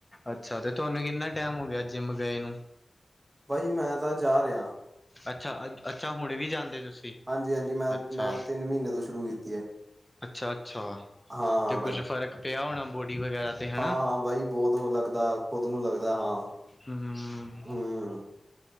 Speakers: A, on the left; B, on the right.
A: ਅੱਛਾ ਤੇ ਤੁਹਾਨੂੰ ਕਿੰਨਾ ਟੈਮ ਹੋ ਗਿਆ ਜਿੰਮ ਗਏ ਨੂੰ
B: ਬਾਈ ਮੈਂ ਤਾਂ ਜਾ ਰਿਆ।
A: ਅੱਛਾ ਅ ਅੱਛਾ ਹੁਣੇ ਵੀ ਜਾਂਦੇ ਤੁਸੀਂ
B: ਹਾਂਜੀ ਹਾਂਜੀ ਮੈਂ
A: ਅੱਛਾ।
B: ਮੈਂ ਤਿੰਨ ਮਹੀਨੇ ਤੋਂ ਸ਼ੁਰੂ ਕੀਤੀ ਹੈ
A: ਅੱਛਾ-ਅੱਛਾ
B: ਹਾਂ
A: ਤੇ
B: ਬਾਈ
A: ਕੁਛ ਫ਼ਰਕ ਪਿਆ ਹੋਣਾ ਬੋਡੀ ਵਗੈਰਾ ਤੇ ਹਨਾ।
B: ਹਾਂ-ਹਾਂ ਬਾਈ ਬੋਤ ਓ ਲੱਗਦਾ ਖੁਦ ਨੂੰ ਲੱਗਦਾ ਹਾਂ।
A: ਹੂੰ
B: ਹੂੰ